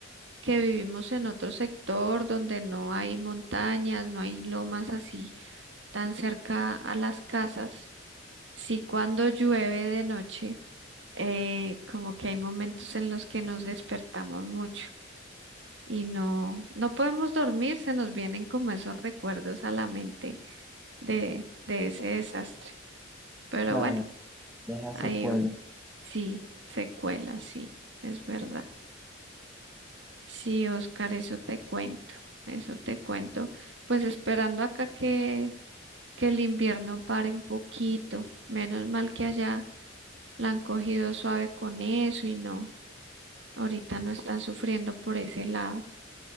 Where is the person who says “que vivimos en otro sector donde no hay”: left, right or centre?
Right